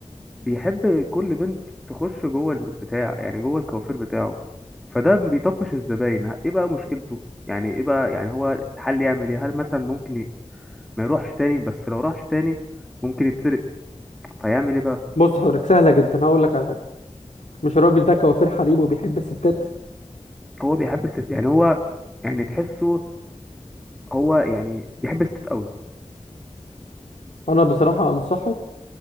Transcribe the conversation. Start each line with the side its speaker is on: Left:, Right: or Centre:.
Centre: بيحب كل بنت تخش جوه البتاع يعني جوه الكوافير بتاعه فده بيطفش الزباين ايه بقى مشكلته يعني ايه بقى يعني هو الحل يعمل ايه هل مثلا ممكن ي- ما يروحش تاني بس لو راحش تاني ممكن يتسرق فيعمل ايه بقى
Left: بص حضرتك سهلة جدا هقول لك على حاجة مش الراجل ده كوافير حريم وبيحب الستات
Centre: هو بيحب الست يعني هو يعني تحسه هو يعني بيحب الست قوي
Left: انا بصراحة انصحه